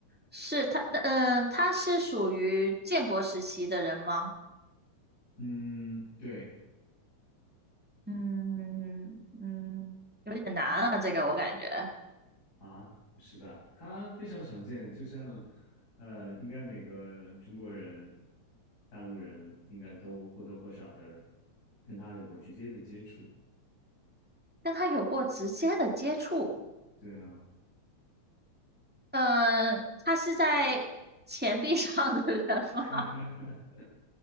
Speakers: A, in the centre; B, on the left.
A: 是他，嗯，他是属于建国时期的人吗？
B: 嗯，对
A: 嗯嗯，有点难啊，这个我感觉
B: 啊，不是吧？他非常常见，就像呃，应该每个中国人、大陆人应该都或多或少的跟他有过直接的接触。
A: 跟他有过直接的接触。
B: 对啊，
A: 嗯，他是在钱币上的人吗？
B: <laughs>